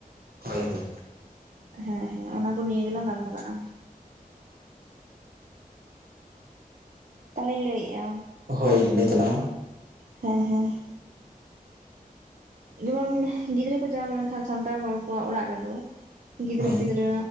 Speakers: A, on the right; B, on the right.
A: ᱦᱳᱭ ᱦᱳᱭ
B: ᱦᱮᱸ ᱦᱮᱸ ᱚᱱᱟ ᱠᱚ ᱱᱤᱭᱟᱹ ᱜᱮᱞᱟᱝ ᱜᱟᱞᱢᱟᱨᱟᱜ-ᱟ᱾ ᱛᱟᱦᱞᱮᱧ ᱞᱟᱹᱭᱮᱫ-ᱟ᱾
A: ᱦᱳᱭ ᱞᱟᱹᱭ ᱛᱟᱞᱟᱝ ᱢᱮ
B: ᱦᱮᱸ ᱦᱮᱸ ᱡᱮᱢᱚᱱ ᱜᱤᱫᱽᱨᱟᱹ ᱠᱚ ᱡᱟᱱᱟᱢ ᱞᱮᱱᱠᱷᱟᱱ ᱥᱟᱱᱛᱟᱲ ᱦᱚᱲ ᱠᱚᱣᱟᱜ ᱚᱲᱟᱜ ᱨᱮᱫᱚ ᱜᱤᱫᱽᱨᱟᱹ
A: ᱢᱮ ᱦᱮᱸ
B: ᱯᱤᱫᱽᱨᱟᱹ